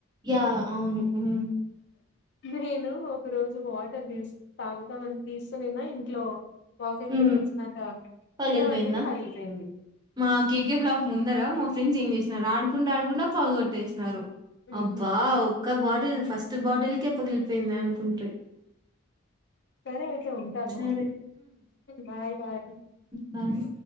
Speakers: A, on the right; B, on the left.
A: యా అవును హ్మ్
B: నేను ఒక రోజు వాటర్ తీ తాగుతాంని తీస్తూనేనా ఇంట్లో వాకింగ్
A: హ్మ్
B: నుండి వచ్చాక
A: పగిలిపోయిందా
B: కింద పడిపోయింది తగిలిపోయింది
A: మా కేకే బ్లాక్ ముందర మా ఫ్రెండ్స్ ఏం చేసినన్నారు ఆడుకుండా ఆడుకుండా పగొట్టేసినన్నారు
B: ఉహు
A: అబ్బా ఒక బాటిల్ ఫస్ట్ బాటిల్కే పగిలిపోయింది అనుకుంట్రి
B: సరే అతే ఉంటాను
A: సరే
B: బాయ్ బాయ్
A: బారు